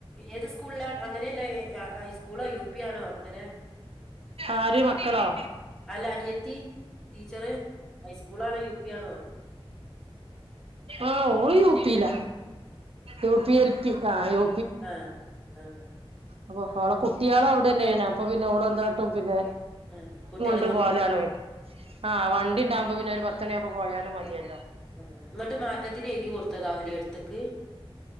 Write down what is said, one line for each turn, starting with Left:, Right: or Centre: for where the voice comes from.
Centre: ഏത് സ്കൂള്ല അങ്ങനെയല്ല ഏ ആഹ് ഐ സ്കൂളോ യൂ പിയാണോ അങ്ങനെ
Right: ആര് മക്കളോ
Centre: അല്ല അനിയത്തി ടീച്ചറ് ഹൈസ്കൂളാണോ യൂ പി ആണോ
Right: ആഹ് ഓള് യൂപ്പീല യൂപ്പീഎൽ പ്പി യായോ
Centre: ആഹ് ആന്ന്
Right: അവ്വോ ഓളെ കുട്ട്യാളും അവ്ടെന്നാണ് അപ്പൊ പിന്നെ ഓളെന്താട്ടും പിന്നെ
Centre: ആഹ് കുട്ട്യാള്
Right: ന്ന്ട്ട്പോകലാണ് വേം ആഹ് വണ്ടിണ്ടാവുമ്പോ പിന്നെ ഒരു പത്ത്ണിയാവുമ്പോ പോയാലും മതിയല്ലോ
Centre: ആഹ്ഹഹ ന്നിട്ട് മാറ്റത്തിന് എയ്തി കൊടുത്തതാവൂലേ എട്ത്ക്ക്